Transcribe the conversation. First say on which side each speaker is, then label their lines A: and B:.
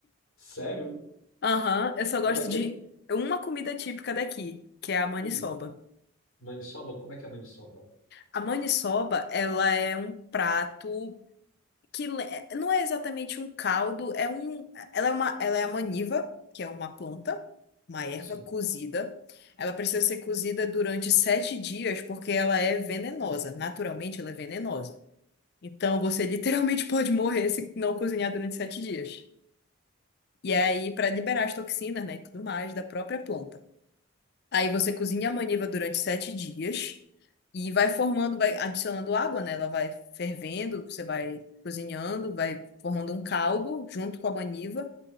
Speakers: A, on the left; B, on the left.
A: Sério?
B: Aham, eu só gosto
A: Como é que
B: de
A: é?
B: uma comida típica daqui, que é a maniçoba.
A: Hum, maniçoba? Como é que é maniçoba?
B: A maniçoba, ela é um prato que le- não é exatamente um caldo, é um, ela é uma, ela é a maniva, que é uma planta, uma erva
A: Sim.
B: cozida. Ela precisa ser cozida durante sete dias porque ela é venenosa. Naturalmente, ela é venenosa. Então, você <laughs> literalmente pode morrer se não cozinhar durante sete dias. E aí, para liberar as toxinas, né, e tudo mais da própria planta. Aí você cozinha a maniva durante sete dias e vai formando, vai adicionando água, né? Ela vai fervendo, você vai cozinhando, vai formando um caldo junto com a maniva.